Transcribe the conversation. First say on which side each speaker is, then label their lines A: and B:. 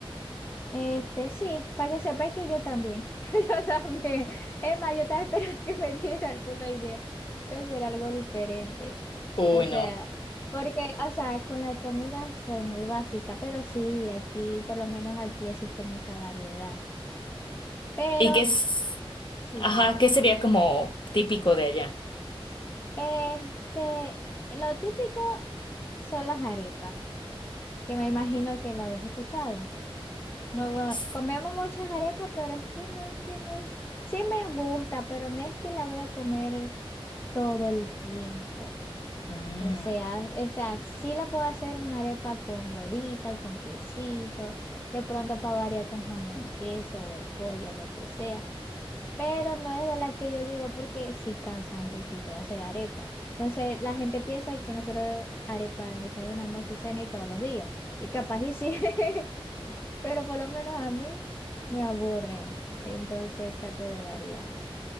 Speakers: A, on the left (about 25°); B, on the left (about 55°).
A: Este, sí, para que sepáis que yo también. <laughs> Yo también. Es más, yo estaba esperando que me diera alguna idea de hacer algo diferente.
B: Uy,
A: O sea,
B: no.
A: porque, o sea, con la comida soy muy básica, pero sí, aquí, por lo menos aquí existe mucha variedad. Pero
B: ¿Y qué es?
A: sí
B: Ajá,
A: que.
B: ¿qué sería como típico de allá?
A: Este, lo típico son las arepas, que me imagino que lo habéis escuchado. No, bueno,
B: S-
A: comemos muchas arepas, pero es que no, es que no es... Sí me gusta, pero no es que la voy a comer todo el tiempo.
B: Ah,
A: O sea, o sea, sí la puedo hacer una arepa con huevita, con quesito, de pronto para variar con jamón y queso, o pollo, lo que sea. Pero no es de las que yo digo porque sí cansa un poquito hacer arepa. Entonces la gente piensa que nosotros arepa en desayuno, almuerzo, cena y todos los días. Y capaz y sí. <laughs> pero por lo menos a mí me aburre, entonces trato de variar.